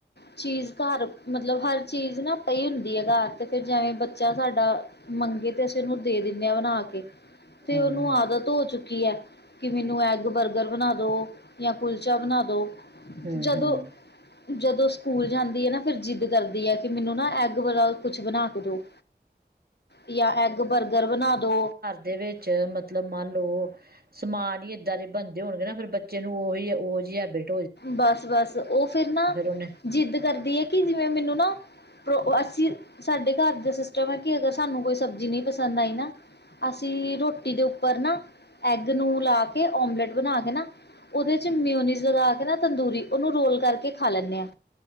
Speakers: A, on the left (about 70°); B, on the right (about 60°).
A: ਚੀਜ਼ ਘਰ ਮਤਲਬ ਹਰ ਚੀਜ਼ ਨਾ ਪਈ ਹੁੰਦੀ ਆ ਘਰ ਤੇ ਫਿਰ ਜਿਵੇਂ ਬੱਚਾ ਸਾਡਾ ਮੰਗੇ ਤੇ ਅਸੀਂ ਉਹਨੂੰ ਦੇ ਦੇਣੇ ਆ ਬਣਾ ਕੇ ਤੇ
B: ਹੂੰ
A: ਉਹਨੂੰ
B: ਹੂੰ
A: ਆਦਤ ਹੋ ਚੁੱਕੀ ਐ। ਕਿ ਮੈਨੂੰ ਐਗ ਬਰਗਰ ਬਣਾ ਦੋ ਜਾਂ ਕੁਲਚਾ ਬਣਾ ਦੋ,
B: ਹੂੰ
A: ਜਦੋਂ
B: ਹੂੰ
A: ਜਦੋਂ ਸਕੂਲ ਜਾਂਦੀ ਏ ਨਾ ਫੇਰ ਜ਼ਿੱਦ ਕਰਦੀ ਆ ਕਿ ਮੈਨੂੰ ਨਾ ਐਗ ਵਾਲਾ ਕੁਛ ਬਣਾ ਕੇ ਦੋ ਯਾ ਐਗ ਬਰਗਰ ਬਣਾ ਦੋ
B: ਉਹਦੇ ਚ ਐ ਮਤਲਬ ਮੰਨ ਲਓ ਸਮਾਨ ਈ ਏਦਾਂ ਦੇ ਬਣਦੇ ਹੋਣਗੇ ਨਾ ਫੇ਼ਰ ਬੱਚੇ ਨੂੰ ਉਹੀ ਉਹ ਜੀ ਹੈਬੀਟ
A: ਬਸ ਬਸ ਉਹ ਫੇਰ ਨਾ
B: ਉਹਨੇ
A: ਜ਼ਿੱਦ ਕਰਦੀ ਆ ਕਿ ਜਿਵੇਂ ਮੈਨੂੰ ਨਾ ਤੋਂ ਅਸੀਂ ਸਾਡੇ ਘਰ ਦਾ ਸਿਸਟਮ ਐ ਕਿ ਅਗਰ ਸਾਨੂੰ ਕੋਈ ਸਬਜ਼ੀ ਨੀ ਪਸੰਦ ਆਈ ਨਾ ਅਸੀਂ ਰੋਟੀ ਦੇ ਉੱਪਰ ਨਾ ਐਗ ਨੂੰ ਲਾ ਕੇ ਓਮਲੇਟ ਬਣਾ ਕੇ ਨਾ ਉਹਦੇ ਚ ਮੇਓਨੀਜ਼ ਲਗਾ ਕੇ ਨਾ ਤੰਦੂਰੀ ਉਹਨੂੰ ਰੋਲ ਕਰਕੇ ਖਾ ਲੈਂਣੇ ਆ।